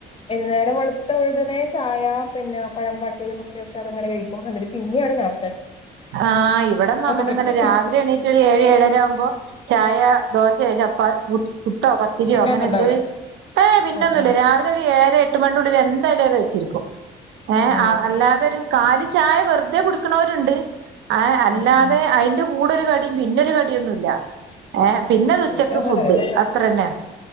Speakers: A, on the left (about 30°); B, on the right (about 75°).
A: നേരം വളുത്തഉടനെ ചായ പിന്നെ പഴം പാട്ടിയതും ഒക്കെൊക്കെ അതങ്ങനെ കഴിക്കും എന്നിട്ട് പിന്നെയാണ് നാ
B: ആ ഇവിടന്നും അങ്ങനൊന്നല്ല
A: ട്രിപ്പ്
B: രാവിലെ എണീറ്റൊരു ഏഴ് ഏഴര ആവുമ്പോ ചായ ദോശ ചപ്പാ പു പുട്ടോ പത്തിരിയോ
A: പിന്നെ
B: അങ്ങനെ
A: ഒന്നും ഉണ്ടാവില്ല
B: എന്തേലും ഏ പിന്നെന്നുല്ല
A: ആ ആ
B: രാവിലെ ഒരു ഏഴര എട്ട് മ എട്ടുനുള്ളിൽ എന്തായാലും ഞ കഴിച്ചിരിക്കും ഏഹ
A: ഉം ശരി
B: അല്ലാതെരു കാല ചായ വെറുതെ കുടിക്കണവരുണ്ട് ആ അല്ലാതെ
A: ഉം ഉം
B: അതിന്റെ കൂടൊരു കടിയും പിന്നൊരു കടിയൊന്നുല്ല
A: ആ
B: ഏഹ് പിന്നത് ഉച്ചക്ക്
A: ഇവിടെ അങ്ങനെല്ല
B: ഫുഡ്
A: ഇവട
B: അത്രന്നെ